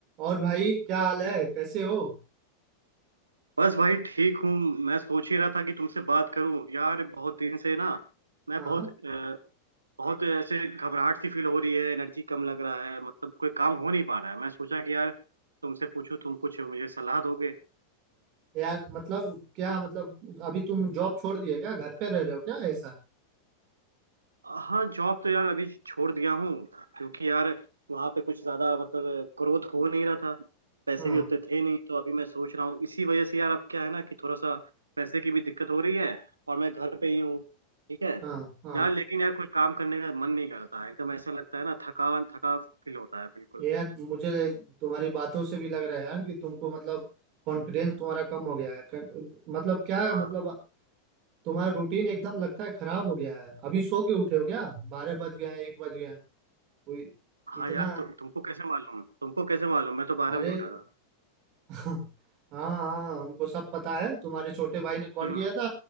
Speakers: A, on the right; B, on the right.
A: और भाई क्या हाल है कैसे हो
B: बस भाई ठीक हूँ मैं सोच ही रहा था कि तुमसे बात करूं यार बहुत दिन से ना मैं
A: हाँ
B: बहुत अ, बहुत ऐसे घबराहट सी फील हो रही है एनर्जी कम लग रहा है मतलब कोई काम हो नहीं पा रहा है मैं सोचा कि यार तुमसे पूछूं तुम कुछ मुझे सलाह दोगे
A: यार मतलब क्या मतलब अभी तुम जॉब छोड़ दिए क्या घर पे रह रहे हो क्या ऐसा
B: हाँ जॉब तो यार अभी छोड़ दिया हूँ क्योंकि यार वहाँ पे कुछ ज्यादा मतलब ग्रोथ हो नहीं रहा था पैसे
A: हाँ
B: भी उतने थे नहीं तो अभी मैं सोच रहा हूँ इसी वजह से यार अब क्या है ना कि थोड़ा सा पैसे की भी दिक्कत हो रही है और मैं घर पे ही हूँ ठीक है
A: हाँ हाँ
B: यार लेकिन यार कोई काम करने का मन नहीं करता है एकदम ऐसा लगता है ना थकान थका फील होता है बिल्कुल
A: यार मुझे तुम्हारी बातों से भी लग रहा है यार कि तुमको मतलब कॉन्फिडेंस तुम्हारा कम हो गया है क- मतलब क्या
B: हाँ
A: मतलब तुम्हारा रूटीन एकदम लगता है खराब हो गया है अभी सो के उठे हो क्या बारह बज गए हैं एक बज गए हैं कोई
B: हाँ
A: इतना
B: यार तु, तुमको कैसे मालूम तुमको कैसे मालूम मैं तो बारह
A: अरे
B: बजे उठा था
A: हाँ हाँ हमको सब पता है तुम्हारे छोटे भाई ने कॉल
B: हम्म
A: किया था